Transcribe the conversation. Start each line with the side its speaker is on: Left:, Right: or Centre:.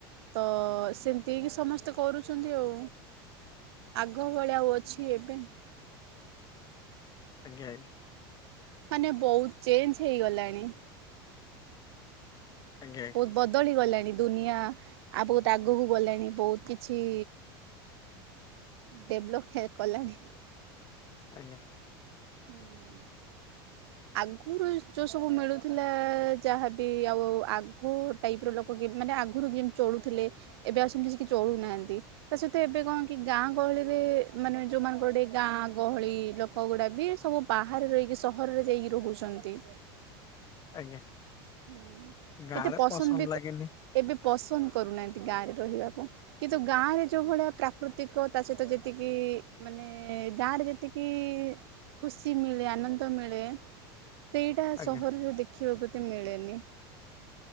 Right: ତ ସେମିତି ହେ କିି ସମସ୍ତେ କରୁଛନ୍ତି ଆଉ। ଆଗ ଭଳିଆ ଆଉ ଅଛି ଏବେ।
Left: ଆଜ୍ଞା।
Right: ମାନେ ବହୁତ ଚେଞ୍ଜ ହେଇଗଲାଣି।
Left: ଆଜ୍ଞା।
Right: ବହୁତ ବଦଳି ଗଲାଣି ଦୁନିଆ ଆଉ ବହୁତ ଆଗକୁ ଗଲାଣି ବହୁତ କିଛି ଡେଭଲପ ହେ କଲାଣି।
Left: ଆଜ୍ଞା।
Right: ହୁଁ। ଆଗରୁ ଯୋଉ ସବୁ ମିଳୁଥିଲା ଯାହାବି ଆଉ ଆଗ ଟାଇପ ର ଲୋକ ମାନେ ଆଗରୁ ଯେମ୍ ଚଳୁଥିଲେ ଏବେ ଆଉ ସେମିତି ସେ କିି ଚଳୁନାହାନ୍ତି। ତା ସହିତ ଏବେ କଣ କି ଗାଁ ଗହଳିରେ ମାନେ ଯୋଉମାନଙ୍କର ଗାଁ ଗହଳି ଲୋକ ଗୁଡା ବି ସବୁ ବାହାରେ ରହିକି ସହରରେ ଯାଇକି ରହୁଛନ୍ତି।
Left: ଆଜ୍ଞା।
Right: ହୁଁ
Left: ଗାଁରେ
Right: ଏତେ ପସନ୍ଦ ବି
Left: ଲାଗେନି
Right: ଏବେ ପସନ୍ଦ କରୁନାହାନ୍ତି ଗାଁରେ ରହିବାକୁ। କିନ୍ତୁ ଗାଁ ରେ ଯୋଉ ଭଳିଆ ପ୍ରାକୃତିକ ତା ସହିତ ଯେତିକି ମାନେ ଗାଁରେ ଯେତିକି ଖୁସି ମିଳେ ଆନନ୍ଦ ମିଳେ। ସେଇଟା
Left: ଆଜ୍ଞା
Right: ସହରରେ ଦେଖିବାକୁ ଏତେ ମିଳେନି।